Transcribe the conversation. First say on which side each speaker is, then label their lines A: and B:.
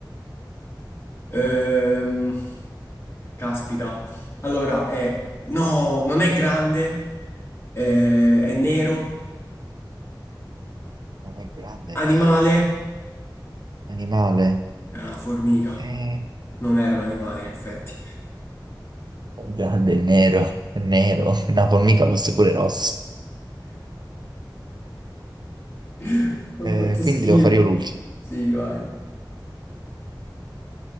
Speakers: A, on the left; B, on the right.
A: Ehm, caspita. Allora, è... No, non è grande, eh, è nero.
B: Non è grande, è nero.
A: Animale?
B: Animale?
A: È una formica.
B: Eh,
A: Non era un animale,
B: è
A: in effetti.
B: grande, è nero. È nero. <laughs> Una formica fosse pure rossa.
A: <laughs> Ho
B: Eh,
A: fatto
B: quindi
A: schifo.
B: devo fare io l'ultimo.
A: Sì, vai.